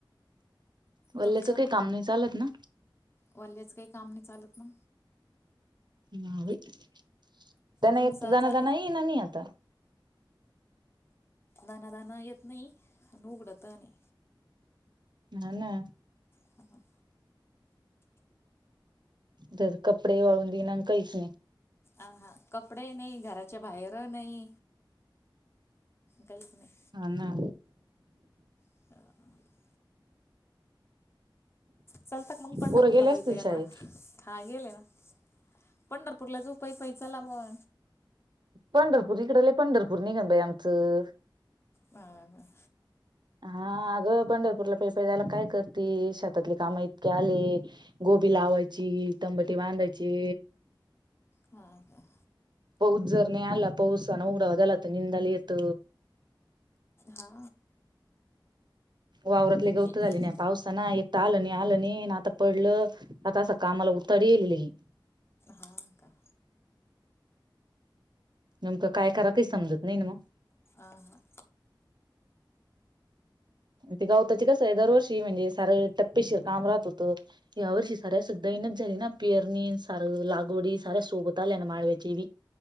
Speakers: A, on the right; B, on the left.
A: वल्याचं
B: तुमचा
A: काही काम नाही चालत ना
B: वाल्याचं काही काम नाही चालत ना
A: नाही त्यांना
B: तुमचा
A: येत दना
B: चालू
A: दना
B: आहे?
A: ये ना नाही आता
B: दाना दाना येत नाही आणि उघडत नाही
A: ह ना
B: हा.
A: तर कपडे वाळून दिना कैस.
B: अ ह कपडे नाही, घराच्या बाहेर नाही, काहीच नाही.
A: हा ना.
B: <unintelligible> चलता का मग पंढरपूरला
A: पोरं गेले
B: पैय
A: असतील
B: पैय आता
A: शाळेत
B: हा गेले ना. पंढरपूरला जाऊ पैय पैय चला बुवा.
A: पंढरपूर इकडंला पंढरपूर निघण बाय आमचं.
B: हा ह.
A: हा अगं पंढरपूरला पैय पैय जायला काय करती शेतातले काम इतके आले गोबी लावायची तंबाटी बांधायची
B: हा हा.
A: पाऊस जर नाही आला पाऊस ना उघडावर गेला तर निंदा नय येत
B: हा.
A: वावरातले गौत
B: हा
A: झाले ना. पाऊसा ना येता आलं नाही आलं नाही आता पडलं आता असं कामाला उतारी अलेलीये.
B: हो का.
A: नेमकं काय करा ते समजत नाही ना मग.
B: आ हा.
A: ते गावताची कसं हाय दरवर्षी म्हणजे सार टप्पेशीर काम राहत होतं. या वर्षी साऱ्या सुद्धा दैनच झाली ना, पेरणी सार लागवडी साऱ्या सोबत आल्या ना, माळव्याची बी